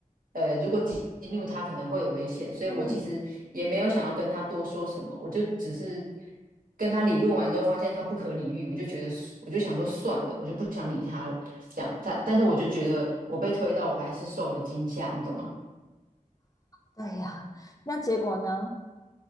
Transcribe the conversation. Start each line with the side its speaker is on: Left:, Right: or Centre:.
Right: 呃，如果激怒他可能会有危险，所以我其实也没有想要跟他多说什么，
Left: 嗯，
Right: 我就只是跟他理论完之后，发现他不可理喻，我就觉得我就想说算了，我就不想理他了，这样。但但是我就觉得我被推到，我还是受了惊吓，你懂吗？
Left: 对呀，那结果呢？